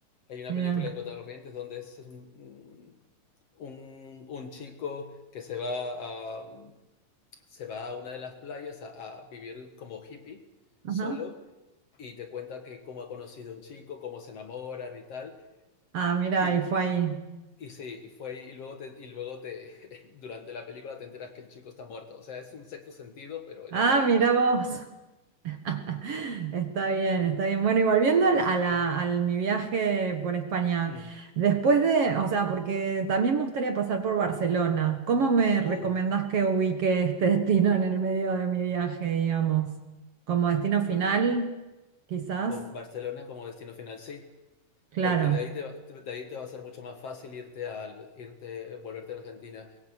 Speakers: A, on the left; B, on the right.
A: hay una
B: Mira.
A: película en Corrientes donde es un, un, un chico que se va a, mm, se va a una de las playas a, a vivir como hippie solo
B: Ajá.
A: y te cuenta que cómo ha conocido a un chico, cómo se enamoran y tal.
B: Ah, mira,
A: Y,
B: y fue ahí.
A: y sí, y fue y luego te, y luego te <laughs> durante la película te enteras que el chico está muerto. O sea, es un sexto sentido, pero en
B: Ah,
A: la playa.
B: mira vos. <laughs> Está bien, está bien. Bueno, y volviendo al-
A: Sí,
B: a la,
A: sí.
B: al mi viaje por España,
A: Mm.
B: después de, o sea, porque también me gustaría pasar por Barcelona, ¿cómo me recomendás
A: Uh,
B: que ubique este <laughs> destino en el medio de mi viaje, digamos? ¿Como destino
A: bueno,
B: final, quizás?
A: con Barcelona como destino final, sí.
B: Claro,
A: Porque de ahí te, va- de ahí te va a ser mucho más fácil irte al, irte, volverte a Argentina.